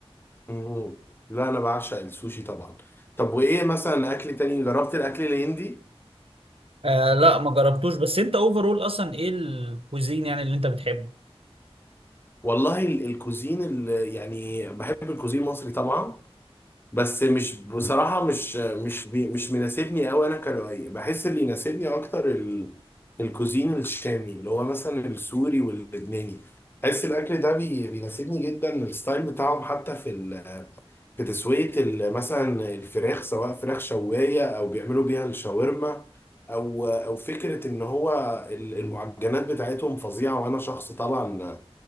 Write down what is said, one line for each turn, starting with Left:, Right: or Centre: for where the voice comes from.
Left: مم. لا انا بعشق السوشي طبعا طب وايه مثلا اكل تاني جربت الاكل الهندي
Right: آه لا ما جربتوش بس انت اوفرول اصلا ايه الكوزين يعني اللي انت بتحبه
Left: والله ال- الكوزين ال- يعني بحب الكوزين المصري طبعا بس مش بصراحه مش مش بي- مش مناسبني قوي انا كروائيه بحس اللي يناسبني اكتر ال- الكوزين الشامي اللي هو مثلا السوري واللبناني بحس الاكل ده بي- بيناسبني جدا الستايل بتاعهم حتى في في تسوية ال- مثلا الفراخ سواء فراخ شواية أو بيعملوا بيها الشاورما أو أو فكرة إن هو ال- المعجنات بتاعتهم فظيعة وأنا شخص طبعا